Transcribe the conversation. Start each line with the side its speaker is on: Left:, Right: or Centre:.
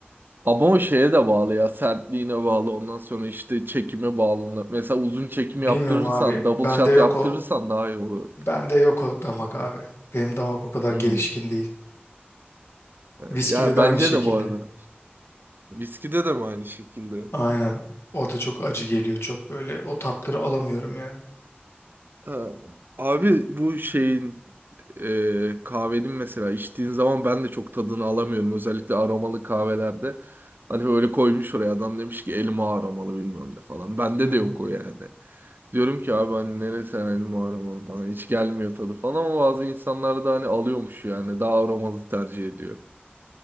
Right: Ama o şeye de bağlı ya sertliğine bağlı ondan sonra işte çekime bağlı. Mesela uzun çekim
Left: Bilmiyorum
Right: yaptırırsan
Left: abi.
Right: double
Left: Bende
Right: shot
Left: yok
Right: yaptırırsan
Left: o
Right: daha iyi olur.
Left: bende yok o damak abi. Benim damak o kadar
Right: Hmm.
Left: gelişkin değil. Viskide
Right: Ya
Left: de
Right: bence
Left: aynı şekilde.
Right: de bu arada. Viskide de mi aynı şekilde?
Left: Aynen. Orada çok acı geliyor. Çok böyle o tatları alamıyorum yani.
Right: Ha, Abi bu şeyin e, kahvenin mesela içtiğin zaman ben de çok tadını alamıyorum. Özellikle aromalı kahvelerde. Hani böyle koymuş oraya adam demiş ki elma aromalı bilmem ne falan. Bende
Left: Hı.
Right: de yok o yani. Diyorum ki abi hani neresi hani elma aromalı falan hiç gelmiyor tadı falan ama bazı insanlar da hani alıyormuş yani daha aromalı tercih ediyor.